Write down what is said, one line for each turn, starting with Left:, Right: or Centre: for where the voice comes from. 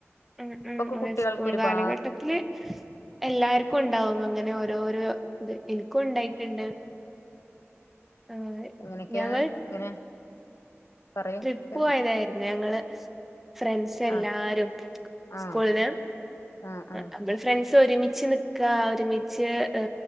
Centre: ഉ
Left: ഇപ്പൊക്കെ
Centre: ഉം
Left: കുട്ടികൾക്ക്
Centre: സ്കൂൾ
Left: ഒരുപാ
Centre: കാലഘട്ടത്തില് എല്ലാർക്കും ഉണ്ടാവും അങ്ങനെ ഓ ഓരോരോ എനിക്കും ഉണ്ടായിട്ടുണ്ട്. ആഹ്
Left: എങ്ങനെയൊക്കെയ
Centre: ഞങ്ങൾ
Left: ഇങ്ങനെ പറയൂ
Centre: ട്രിപ്പ്
Left: കേക്കട്ടെ
Centre: പോയതായിരുന്നു ഞങ്ങള് ഫ്രണ്ട്സ് എല്ലാരും
Left: ആ ആ
Centre: സ്കൂളന്
Left: ആ ആ
Centre: അ ഫ്രണ്ട്സ് ഒരുമിച്ച് നിക്കാ ഒരുമിച്ച് ഏ